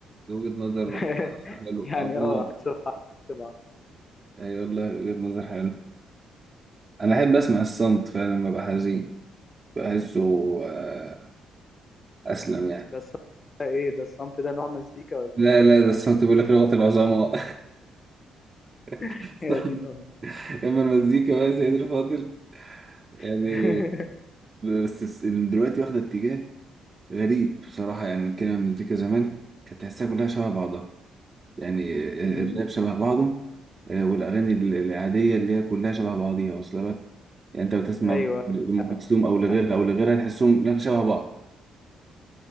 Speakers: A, on the right (about 30°); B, on the left (about 35°).
A: دي وجهه نظر
B: <laughs>
A: حلو
B: يعني
A: اه والله
B: أه عكس بعض طبعا
A: اي والله وجهه نظر حلو انا احب اسمع الصمت فعلا لما ابقى حزين بحسه آه، أسلم يعني
B: ده الصمت ده إيه ده الصمت ده نوع مزيكا ولا
A: لا
B: إيه؟
A: لا ده الصمت بيقول لك لغة العظماء <laughs>
B: <laughs> يا دين أمي
A: أما المزيكا بقى يا سيدي الفاضل يعني
B: <laughs>
A: بس دلوقتي واخدة اتجاه غريب بصراحة يعني كده المزيكا زمان كانت تحسها كلها شبه بعضها يعني
B: أمم،
A: الراب شبه بعضه آه، والأغاني ال- العادية اللي هي كلها شبه بعضيها واصلة لك يعني أنت بتسمع
B: أيوه
A: أم كلثوم أو لغيرها
B: يعني
A: أو لغيرها تحسهم إنها شبه بعض